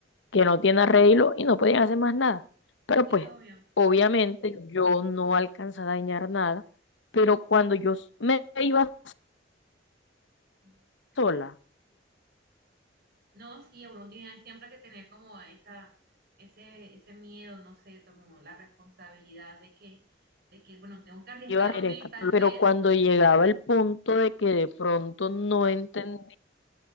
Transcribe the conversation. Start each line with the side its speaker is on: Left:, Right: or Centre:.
Left: que no tiene arreglo y no podían hacer más nada. Pero
Right: Sí,
Left: pues,
Right: obvio.
Left: obviamente yo no alcanza a dañar nada, pero cuando yo s- me iba
Right: Ok.
Left: sola,
Right: No, sí, uno tiene siempre que tener como esa, ese, ese miedo, no sé, como la responsabilidad de que, de que, bueno, tengo que arriesgarme,
Left: iba a hacer esta,
Right: tal
Left: pero
Right: vez,
Left: cuando llegaba el punto de que de pronto no entendía,